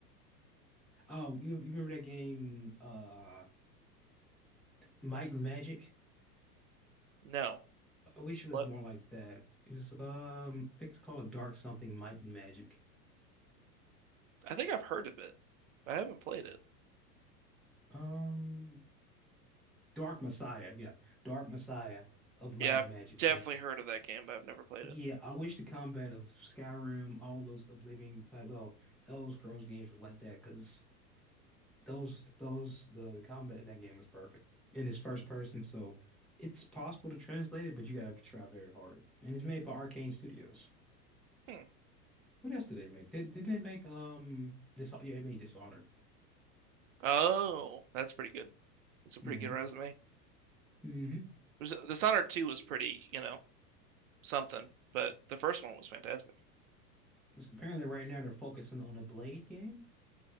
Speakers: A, in the centre; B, on the right.
A: Oh, you, you remember that game uh Might and Magic?
B: No,
A: I wish it was
B: what?
A: more like that. It was um I think it's called Dark Something Might and Magic.
B: I think I've heard of it. but I haven't played it.
A: Um Dark Messiah, yeah. Dark Messiah of Might
B: Yeah, I've
A: and Magic,
B: definitely
A: yeah.
B: heard of that game, but I've never played
A: Yeah,
B: it.
A: I wish the combat of Skyrim, all those Oblivion type, well, Elder Scrolls games were like that because those those the, the combat in that game was perfect. And it's first person, so it's possible to translate it, but you gotta try very hard. And it's made by Arcane Studios.
B: Hmm.
A: What else did they make? Did, did they make um Dis yeah, they made Dishonored.
B: Oh, that's pretty good. That's a pretty
A: Mhm.
B: good resume.
A: hmm
B: There's- Dishonored 2 was pretty, you know, something, but the first one was fantastic.
A: Apparently, right now they're focusing on a Blade game.